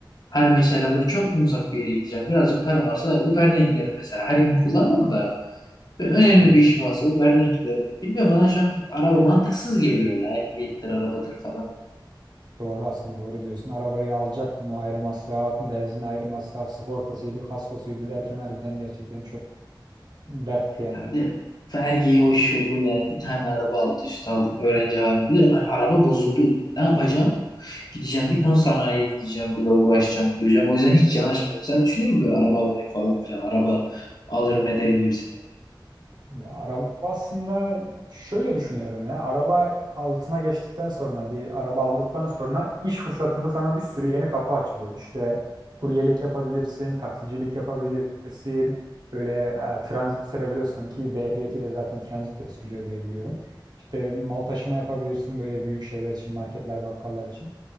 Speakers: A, on the left; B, on the right.
A: Hani mesela böyle çok mu uzak bir yere gideceğim? Birazcık param varsa Uber'den giderim mesela. Her gün kullanmam da böyle önemli
B: Hmm.
A: bir işim varsa Uber'den giderim. Bilmiyorum bana şu an araba mantıksız geliyor ya. Ehliyettir, arabadır falan.
B: Doğru aslında doğru diyorsun. Arabayı alacaktın o ayrı masraf, benzin ayrı masraf, sigortasıydı, kaskosuydu derken harbiden gerçekten çok dert yani.
A: Ya bir de vergiyi o şu bu yani. Bir tane araba alt üst aldık öğrenci halinde. Bir de hani araba bozuldu. Ne yapacağım? Gideceğim bir ton sanayiye gideceğim. Burada uğraşacağım, duracağım. O yüzden hiç yanaşmıyorum. Sen düşünüyor musun böyle araba almayı falan filan? Araba alırım ederim gibisinden.
B: Ya araba aslında şöyle düşünüyorum ya. Araba altına geçtikten sonra bir araba aldıktan sonra iş fırsatında sana bir sürü yeni kapı açılıyor. İşte kuryelik yapabilirsin, taksicilik yapabilirsin. Böyle e, transit sürebiliyorsun ki B ehliyetiyle zaten transit de sürülüyor diye biliyorum. İşte mal taşıma yapabilirsin böyle büyük şeyler için, marketler, bakkallar için.